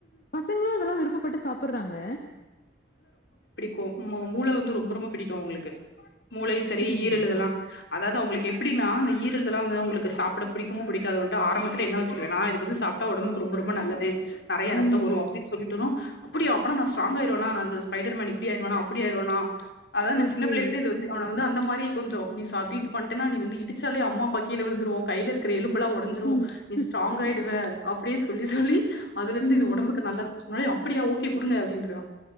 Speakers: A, on the left; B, on the left.
A: பசங்களு அதெல்லா விருப்பப்பட்டு சாப்டுறாங்க
B: கும் மூள வந்து ரொம்ப ரொம்ப பிடிக்கு அவங்களுக்கு மூளையும் செரி
A: அப்டியா
B: ஈரலு இதுதெல்லா அதாவது அவங்களுக்கு எப்டினா அந்த ஈரல் இதுல வந்து அவங்களுக்கு சாப்ட பிடிக்குமோ புடிக்காதோன்டு ஆரம்பத்துல என்ன வச்சிக்குவேனா இது இது சாப்ட உடம்புக்கு ரொம் ரொம்ப ரொம்ப நல்லது நெறையா
A: ம்
B: ரத்தோ ஊறு அப்டின்னு சொல்லிட்டோன அப்டியா நா ஸ்ட்ராங் ஆயிருவேனா ஸ்பைடர் மேன் இப் இப்டி ஆயிருவனோ அப்பிடி ஆயிருவனோ அதான் நா
A: ஓகே
B: சின்ன பிள்ளைல இருந்து இது வந்து அவன வந்து அந்த மா ரி கொஞ்சோ நீ சாபித் பண்ட்டன நீ வந்து இடிச்சாலே அம்மா அப்பா கீழ விழுந்துருவோ கையில இருக்கற எலும்பெல்லா உடஞ்சுரு
A: ம்
B: நீ ஸ்டராங்
A: ம்
B: ஆயிடுவ அப்டியே சொல்லி சொல்லி அதுல இருந்து
A: ம்
B: இது உடம்புக்கு நல்லது சொன்னாலே அப் அப்டியா ஓகே குடுங்க அப்டின்ருவா